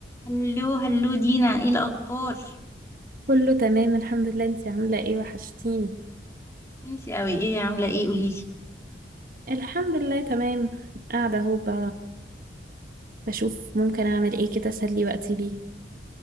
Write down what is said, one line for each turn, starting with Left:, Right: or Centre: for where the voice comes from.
Left: هلو هلو دينا ايه الاخبار
Right: كله تمام الحمد لله انتي عاملة ايه وحشتيني
Left: انتي اوي ايه عامله ايه قوليلي
Right: الحمد لله تمام قاعدة اهو ب... بشوف ممكن اعمل ايه كده اسلي وقتي بيه